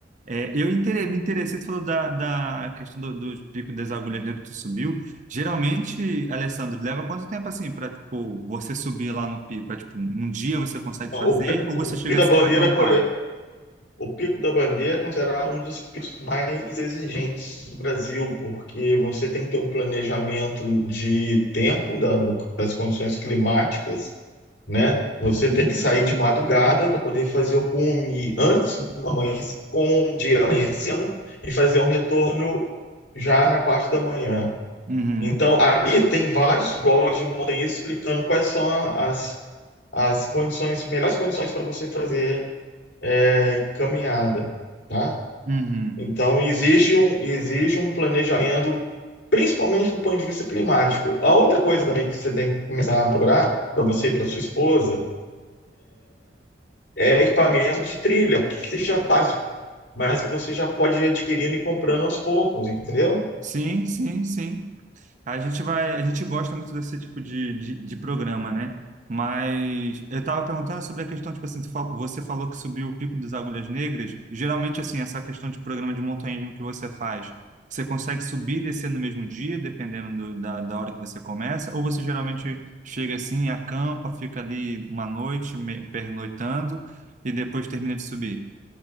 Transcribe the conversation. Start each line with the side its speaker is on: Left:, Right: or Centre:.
Right: É, eu intere- me interessei, tu falou da, da questão do- dos picos das agulhas negras que tu subiu, Geralmente, Alessandro, leva quanto tempo assim para tipo você subir lá no pico? É tipo um dia você consegue
Left: O,
Right: fazer ou
Left: o
Right: você chega
Left: pico da
Right: a se-
Left: bandeira,
Right: a acampar?
Left: por, o pico da bandeira é considerado um dos picos mais exigentes do Brasil, porque você tem que ter um planejamento de tempo da- do- das condições climáticas, né? Você
Right: Uhum.
Left: tem que sair de madrugada para poder fazer o cume antes do amanhecer, com o dia amanhecendo e fazer um retorno já na parte da manhã.
Right: Uhum.
Left: Então, ali tem vários blogs de montanhismo explicando quais são a- as, as condições, melhores condições para você fazer é, caminhada, tá?
Right: Uhum.
Left: Então, existe um, exige um planejamento, principalmente do ponto de vista climático. A outra coisa também que você tem que começar a procurar para você e para sua esposa é equipamento de trilha, que seja básico, mas que você já pode ir adquirindo e comprando aos poucos, entendeu?
Right: Sim, sim, sim. A gente vai, a gente gosta muito desse tipo de, de, de programa, né? Mas eu estava perguntando sobre a questão, tipo assim, tu fal- você falou que subiu o Pico das Agulhas Negras. Geralmente, assim, essa questão de programa de montanhismo que você faz, você consegue subir e descer no mesmo dia, dependendo do- da, da hora que você começa? Ou você geralmente chega assim, acampa, fica ali uma noite, me- pernoitando, e depois termina de subir?